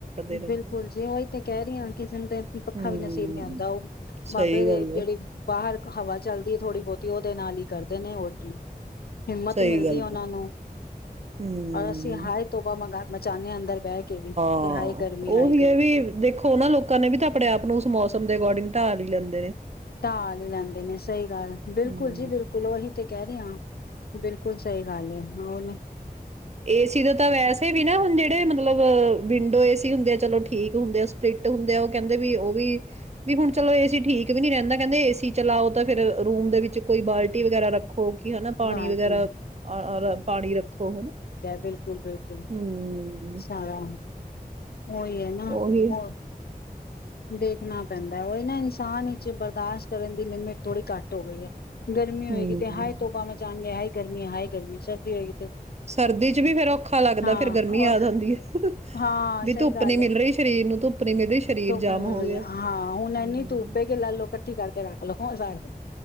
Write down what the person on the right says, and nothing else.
ਰਹਿੰਦੇ
ਹਮ
ਸਹੀ
ਗੱਲ
ਹੈ
ਸਹੀ
ਗੱਲ
ਹੈ
ਹਮ
ਹਾਂ
ਉਹੀ
ਹੈ ਵੀ ਦੇਖੋ ਨਾ ਲੋਕਾਂ ਨੇ ਵੀ ਤਾਂ ਆਪਣੇ ਆਪ ਨੂੰ ਉਸ ਮੌਸਮ ਦੇ ਅਕੋਰਡਿੰਗ ਢਾਲ ਹੀ ਲੈਂਦਾ।
ਹਮ
ਏਸੀ ਦੇ ਤਾਂ ਵੈਸੇ ਵੀ ਨਾ ਹੁਣ ਜਿਹੜੇ ਮਤਲਬ ਵਿੰਡੋ ਏਸੀ ਹੁੰਦੇ ਆ ਚਲੋ ਠੀਕ ਹੁੰਦੇ ਆ ਸਪਲਿਟ ਹੁੰਦੇ ਆ ਉਹ ਕਹਿੰਦੇ ਵੀ ਉਹ ਵੀ ਬੀ ਹੁਣ ਚਲੋ ਏਸੀ ਠੀਕ ਵੀ ਨੀ ਰਹਿੰਦਾ ਕਹਿੰਦੇ ਏਸੀ ਚਲਾਓ ਤਾਂ ਫਿਰ ਰੂਮ ਦੇ ਵਿੱਚ ਕੋਈ ਬਾਲਟੀ ਵਗੈਰਾ ਰੱਖੋ ਰੱਖੋ ਕਿ ਹਨਾ ਪਾਣੀ
ਵਗੈਰਾ
ਅ-ਅਰ ਪਾਣੀ ਰੱਖੋ ਹਨਾ।
ਹਮ
ਉਹੀ
ਹਮ
ਸਰਦੀ ਚ ਵੀ ਫੇਰ ਔਖਾ ਲੱਗਦਾ
ਫੇਰ ਗਰਮੀ
ਆ ਜਾਂਦੀ ਏ,
ਵੀ
ਧੁੱਪ
ਨੀ ਮਿਲ
ਰਹੀ ਸਰੀਰ ਨੂੰ ਧੁੱਪ ਨੀ ਮਿਲ ਰਹੀ ਸਰੀਰ
ਜਾਮ
ਹੋ
ਗਿਆ
ਹਮ